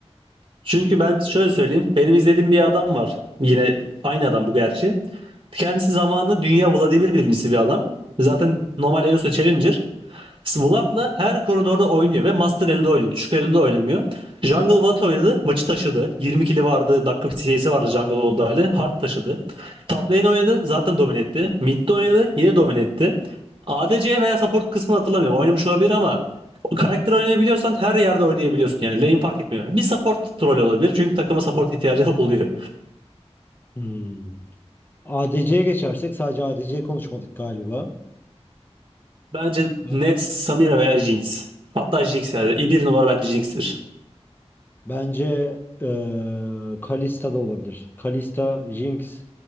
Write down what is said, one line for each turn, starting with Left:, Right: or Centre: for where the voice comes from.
Right: Çünkü ben şöyle söyleyeyim. Benim izlediğim bir adam var. Yine aynı adam bu gerçi. Kendisi zamanında dünya Vladimir birincisi bir adam. Zaten normal Elosu Challenger. Svolat'la her koridorda oynuyor ve Master elde oynuyor. Düşük elde de oynamıyor. Jungle Watt oynadı. Maçı taşıdı. 20 kili vardı. Dakika CS'i vardı Jungle olduğu hali. Hard taşıdı. Top lane oynadı. Zaten domine etti. Mid oynadı. Yine domine etti. ADC veya support kısmını hatırlamıyorum. Oynamış olabilir ama karakter oynayabiliyorsan her yerde oynayabiliyorsun. Yani lane fark etmiyor. Bir support troll olabilir. Çünkü takıma support ihtiyacı <laughs> oluyor.
Left: Hmm. ADC'ye geçersek sadece ADC'ye konuşmadık galiba.
Right: Bence
Left: B-
Right: net Samira veya Jinx. Hatta Jinx yani. bir numara bence Jinx'tir.
Left: Bence eee Kalista da olabilir. Kalista, Jinx,